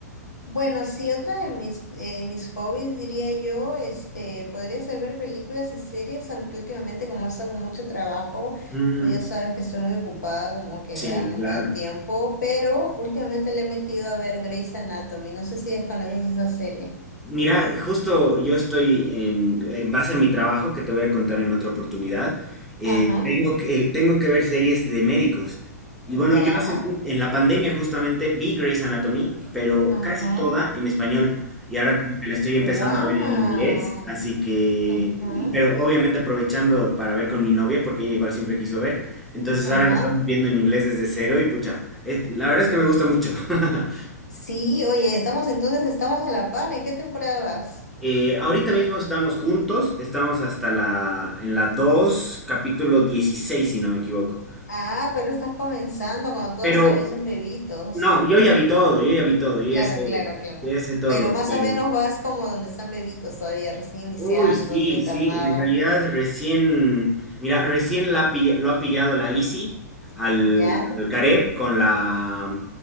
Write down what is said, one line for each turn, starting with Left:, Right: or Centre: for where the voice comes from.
Left: Bueno, sí, otra de mis, eh, mis hobbies, diría yo, este, podría ser ver películas y series, aunque últimamente como he estado con mucho trabajo,
Centre: Mm,
Left: tú ya sabes que estoy muy ocupada, como que
Centre: sí,
Left: ya no
Centre: claro.
Left: me da tiempo, pero últimamente le he metido a ver Grey's Anatomy, no sé si desconoces esa serie.
Centre: Mira, justo yo estoy en, en base a mi trabajo, que te voy a contar en otra oportunidad, eh,
Left: Ajá.
Centre: tengo que, eh, tengo que ver series de médicos. Y bueno,
Left: Ya,
Centre: yo hace mu- en la pandemia justamente vi Grey's Anatomy, pero
Left: ajá.
Centre: casi toda en español. Y ahora como que la estoy empezando
Left: ¡Wow!
Centre: a ver en inglés, así que,
Left: Ajá.
Centre: y- pero obviamente aprovechando para ver con mi novia, porque ella igual siempre quiso ver. Entonces
Left: Ajá.
Centre: ahora la estamos viendo en inglés desde cero y pucha, es- la verdad es que me gusta mucho. <laughs>
Left: Sí, oye, estamos entonces, estamos a la par. ¿En qué temporada vas?
Centre: Eh, ahorita mismo estamos juntos, estamos hasta la, en la 2 capítulo 16 si no me equivoco.
Left: Ah, pero estás comenzando cuando
Centre: Pero,
Left: todos todavía son bebitos.
Centre: no, yo ya vi todo, yo ya vi todo, yo
Left: Claro,
Centre: ya sé,
Left: claro, claro.
Centre: yo ya sé todo,
Left: Pero más
Centre: pero...
Left: o menos vas como donde están bebitos todavía, recién iniciando
Centre: Uy, sí,
Left: su internado,
Centre: sí, en realidad recién, mira, recién la pilla- lo ha pillado la Easy al,
Left: ¿ya?
Centre: al Gareb con la,